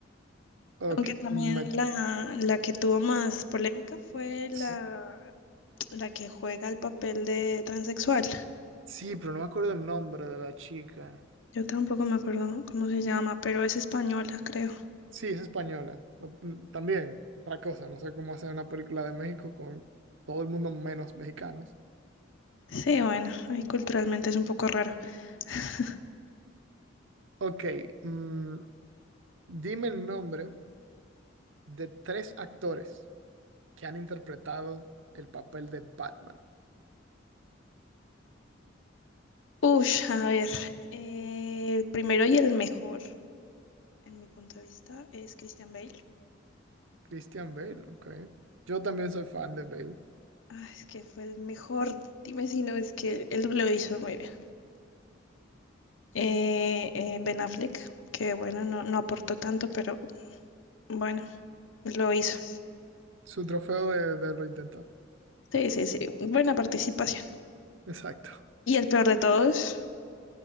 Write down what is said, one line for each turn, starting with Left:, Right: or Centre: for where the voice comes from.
Right: Ok,
Left: Aunque también
Right: me-
Left: la, la que tuvo más polémica fue la,
Right: s-
Left: la que juega el papel de transexual.
Right: sí, pero no me acuerdo el nombre de la chica.
Left: Yo tampoco me acuerdo cómo se llama, pero es española, creo.
Right: Sí, es española. O- mm, También, otra cosa, no sé cómo hacer una película de México con todo el mundo menos mexicanos.
Left: Sí, bueno, ahí culturalmente es un poco raro. <laughs>
Right: Ok, mm, dime el nombre de tres actores que han interpretado el papel de Batman.
Left: Ush, a ver, eh, el primero y el mejor, en mi punto de vista, es Christian Bale.
Right: Christian Bale, ok. Yo también soy fan de Bale.
Left: Ah, es que fue el mejor, dime si no, es que él lo hizo muy bien. Eh, eh, Ben Affleck, que bueno, no, no aportó tanto, pero bueno, lo hizo.
Right: Su trofeo de, de lo intentado.
Left: Sí, sí, sí, buena participación.
Right: <laughs> Exacto.
Left: Y el peor de todos,